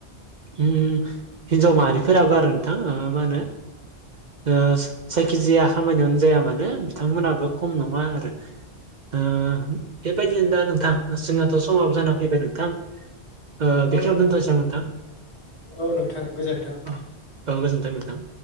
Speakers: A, on the right; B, on the left.
A: उम हिन्जाव माहारिफोराबो आरो नोंथां ओ मा होनो ओ जायखिजाया खामानियावनो जाया मानो बिथांमोनाबो खम नङा आरो। ओ बेबायदिनो दा नोंथां जोंहाथ' समाबो जाना फैबाय नोंथां। ओ
B: नंगौ
A: बेखिनियाव
B: नोंथां।
A: दोनथ'नोसै नामा नोंथां?
B: औ नोंथां गोजोनथों।
A: औ गोजोन्थों नोंथां‌।